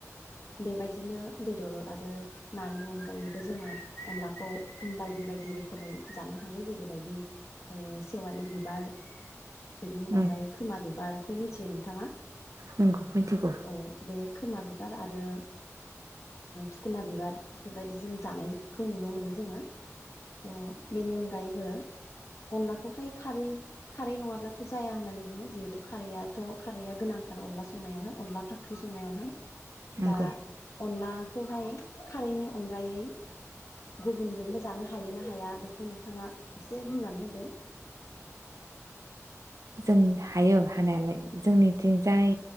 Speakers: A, on the left; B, on the right.
A: बेबायदिनो बेदर आरो नानि अनगायै बो जोंङो अनलाखौ बायदि बायदि रोखोमै जानो हायो जेरैबायदि सेवालि बिबार। बेनि उनावहाय
B: नंगौ
A: खोमा बिबार। बेखौ मिथियो नोंथाङा?
B: नंगौ मिथिगौ।
A: औ बे खोमा बिबार आरो थुखुना बिबार बेफोरबायदि जों जानायखौ नुनो मोनो जोंङो बेनि अनगायैबो अनलाखौहाय खारै खारै नङाब्लाथ' जाया होननानै बुङो जिहेथु खारैआथ' खारैया गोनांथार अनला संनायावहाय अनला फाख्रि संनायावहाय।
B: नंगौ
A: दा अनला बेखौहाय खारैनि अनगायै गुबुनजोंनो जानो हायो ना हाया बेखौ नोंथांङा एसे बुंनानै होदो।
B: जों हायो हानायालाय जोंनि थिंजाय